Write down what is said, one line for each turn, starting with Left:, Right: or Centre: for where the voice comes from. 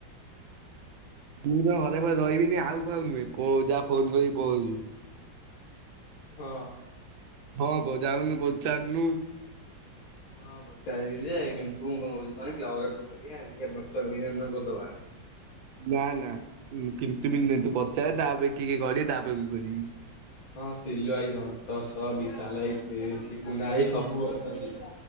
Right: ମୁଁ ତ ଘରେ ରହିବିନି ଆଉ ଭାଉ ନୁହେଁ ଯାହା ଫୋନ କରିକି ପ ଯିବୁ।
Left: ହଁ।
Right: ହଁ ଯାଉନୁ ପଚାରୁନୁ
Left: ହଁ ପଚାରିବି ଯେ କିନ୍ତୁ ମୁଁ କଣ କୋହୁଚି କନି କ୍ଲବ୍ ରେ କରିବା ଦେଖିଆ ପତ୍ର ରେକରିଦବା।
Right: ନା ନା କିନ୍ତୁ ବିନ୍ତୁ
Left: ଆଉ
Right: ନାଇ ତୁ ପଚାରେ ତାପରେ କିଏ କିଏ କରିବେ ତାପରେ ମୁଁ କରିବି।
Left: ହଁ ସିଲୁ ଭାଇ, ସନ୍ତୋଷ, ବିଶାଲ ଭାଇ, ସିବୁନା ଭାଇ ସବୁ ଅଛନ୍ତି।